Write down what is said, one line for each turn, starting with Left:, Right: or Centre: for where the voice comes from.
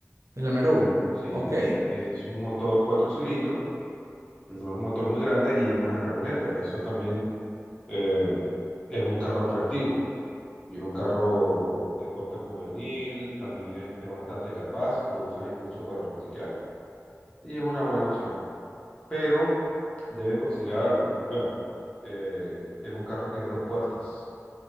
Right: El Almerú.
Left: Sí,
Right: Ok.
Left: eh, es un motor cuatro cilindros No es un motor muy grande y es una camioneta. Eso también eh, es un carro atractivo y es un carro de corte juvenil, también es, es bastante capaz, lo usan incluso para rustiquear y es una buena opción. Pero debes considerar algo. Bueno, eh, es un carro que es dos puertas,